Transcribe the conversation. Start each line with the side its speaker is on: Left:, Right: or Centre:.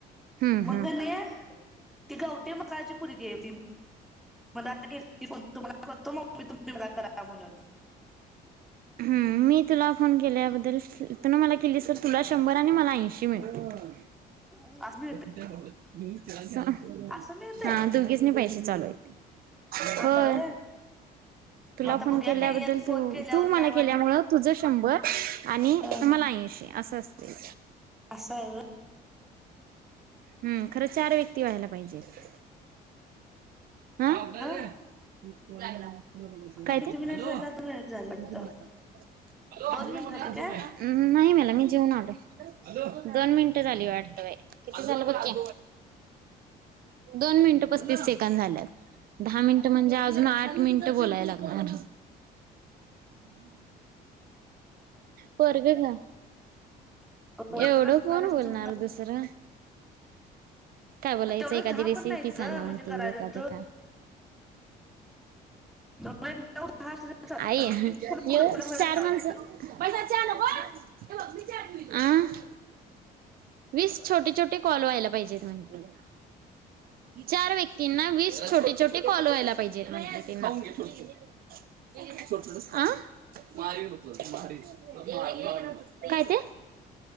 Right: हम्म
Centre: मघ
Right: हम्म
Centre: नाही. ती कवठेमंकाळची पोरगी होती. मग आताम <inaudible> करतो मग मी तुम्ही करा म्हणून
Right: हम्म, मी तुला फोन केला बदल तु नी मला केलीस. तुला शंभर आणि मला ऐंशी मिळत्यात.
Centre: <inaudible>
Right: सा हा,
Centre: असं मिळतंय
Right: तुम्ही. किसने पैसे चालत हाय
Centre: आता
Right: होय.
Centre: व्हय
Right: तुला
Centre: मग आता
Right: फोन
Centre: बघूया
Right: केल्याबद्दल
Centre: काय एक फोन
Right: तू
Centre: केल्यावर
Right: तू मला
Centre: काय वाट
Right: केल्यामुळे. तुझ शंभर आणि
Centre: अ
Right: मला ऐंशी असं असते.
Centre: अससं व्हय.
Right: हम्, खरं चार व्यक्ती व्हायला पाहिजेत. हा बरंय
Centre: अ
Right: <inaudible>
Centre: आता
Right: काय
Centre: किती
Right: ते
Centre: मिनिट
Right: हॅलो
Centre: झाला दोन मिनिट झाले वाटतं
Right: बोल
Centre: दोन मिनिट झाले
Right: <unintelligible> आजोबा
Centre: काय
Right: आहेत अ हम, नाही मला मी जेऊन आलोय दोन मिनटं झाली वाटतं बाई किती झालं बघ की. दोन मिनिटं पस्तीस सेकंद झाल्यात. दहा मिनिटं म्हणजे अजून आठ मिनिटं बोलाय लागणार. पोरगं ना!
Centre: ओळख
Right: एवढं
Centre: नसणाऱ्याचं
Right: कोण बोलणार दुसरं! काय बोलायचं,
Centre: तेवढं
Right: एखादी
Centre: दहा
Right: रेसिपी
Centre: पण नाहीत
Right: सांगा
Centre: ग
Right: म्हणते
Centre: म्हणजे करायला
Right: मी एकाद
Centre: तर
Right: का!
Centre: तेवढं एक नऊ दहा
Right: आई हे
Centre: वीस कोणा कोणाला
Right: येऊ चार
Centre: लावायचे
Right: माणसं. <unintelligible> वीस छोटे छोटे कॉल व्हायला पाहिजेत म्हटंली मला. चार व्यक्तींना वीस छोटे छोटे काॅल व्हायला पाहिजेलं म्हणली ती. <unintelligible> काय ते!